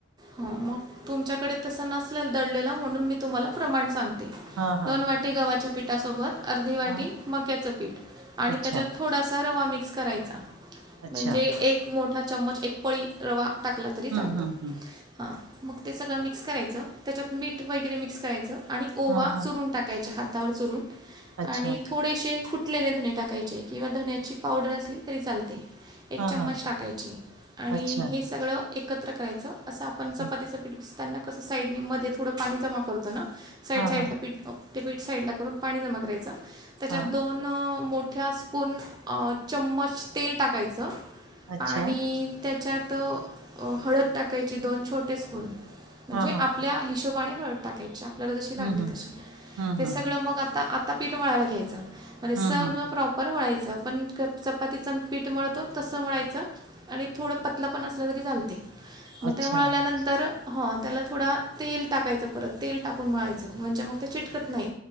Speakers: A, on the right (about 20°); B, on the right (about 80°).
A: हो मग तुमच्याकडे तस नसलेल दळलेला म्हणून मी तुम्हाला प्रमाण सांगते. ते
B: हां, हां.
A: दोन वाटी गव्हाच्या पीठासोबत. अर्धी वाटी
B: हां.
A: मक्याचं पीठ आणि
B: अच्छा,
A: त्याच्यात थोडासा रवा मिक्स करायचा.
B: अच्छा.
A: म्हणजे एक मोठा चम्मच एक पळी रवा टाकला तरी चालतो.
B: हं, हं, हं.
A: हा मग ते सगळं मिक्स करायचं, त्याच्यात मीठ वगैरे मिक्स करायचं. आणि ओवा
B: हां, हां.
A: चुरून टाकायच्या हातावर चुरून
B: अच्छा.
A: आणि थोडेसे फुटलेले धने टाकायचे किंवा धण्याची पावडर असली तरी चालते. एक
B: हां,
A: चम्मच
B: हां.
A: टाकायची आणि
B: अच्छा.
A: हे सगळं एकत्र करायचं. असं आपण चपातीच
B: हं.
A: पीठ भिजताना कसं साईड मध्ये थोडं पाणी जमा करतो ना साईड
B: हां,
A: साईडला
B: हां.
A: पीठ ते पीठ साईडला करून पाणी जमा करायचं, त्याच्यात
B: हां.
A: दोन मो ठ्या स्पून चममच तेल टाकायचं,
B: अच्छा.
A: आणी त्या च्यात हळद टाकायची दोन छोटे स्पून म्हणजे
B: हां, हां.
A: आपल्या हिशोबाने हळद टाकायची आपल्याला जशी लागली
B: हं, हं.
A: तशी
B: हं,
A: ते
B: हं.
A: सगळं मग आता आता पीठ मळायला घ्यायचं. आणि
B: हां,
A: सगळे
B: हां.
A: प्रॉपर मळायच. पण चपातीच पीठ मळतो तसं, मळायचं आणी थोडं पतलं पण असलं तरी चालते.
B: अच्छा.
A: मग ते मळल्यानंतर हं त्याला थोडा तेल टाकायचं परत, तेल टाकून मळायचं म्हणजे मग ते चिटकत नाही.